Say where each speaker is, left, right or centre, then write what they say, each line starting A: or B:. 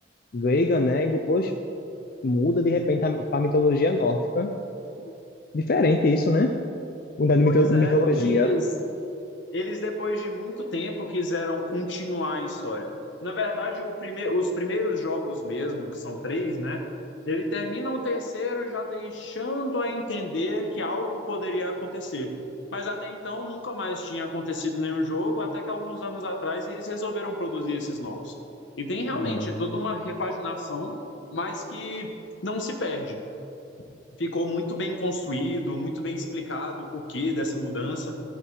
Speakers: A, on the left; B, on the left.
A: grega, né? E depois muda de repente para mitologia nórdica. Diferente isso, né? Mudar de
B: Pois
A: mito- mitologia.
B: é, eles eles depois de muito tempo quiseram continuar a história. Na verdade, o prime... os primeiros jogos mesmo, que são três, né? Ele termina o terceiro já deixando a entender que algo poderia acontecer. Mas até então nunca mais tinha acontecido nenhum jogo, até que alguns anos atrás eles resolveram produzir esses novos. E tem realmente
A: Ah,
B: toda uma repaginação, mas que não se perde. Ficou muito bem construído, muito bem explicado o porquê dessa mudança